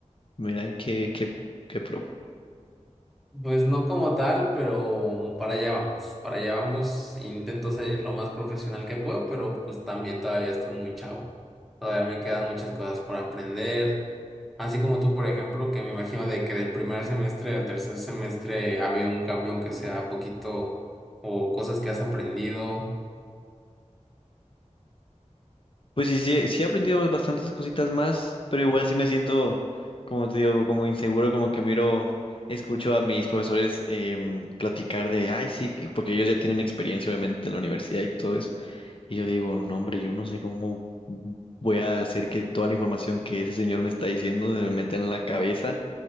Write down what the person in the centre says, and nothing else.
Pues no como tal, pero para allá vamos, para allá vamos. Intento ser lo más profesional que puedo, pero pues también todavía estoy muy chavo. Todavía me quedan muchas cosas por aprender. Así como tú, por ejemplo, que me imagino de que del primer semestre al tercer semestre ha habido un cambio, aunque sea poquito, o cosas que has aprendido.